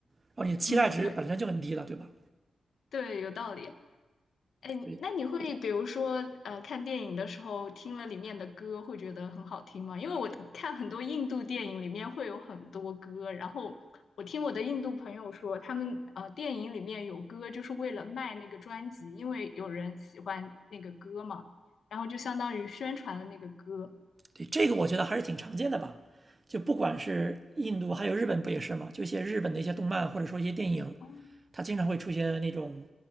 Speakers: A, on the right; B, on the left.
A: 然后你的期待值本身就很低了，
B: 嗯，对
A: 对吧？
B: 对，有道理。哎，
A: 所以
B: 那你会比如说，呃，看电影的时候听了里面的歌，会觉得很好听吗？因为我看很多印度电影里面会有很多歌，然后我听我的印度朋友说，他们呃电影里面有歌就是为了卖那个专辑，因为有人喜欢那个歌嘛，然后就相当于宣传了那个歌。
A: 对，这个我觉得还是挺常见的吧。就不管是印度，还有日本不也是吗？就一些日本的一些动漫或者说一些电影，
B: 哦，
A: 它经常会出现那种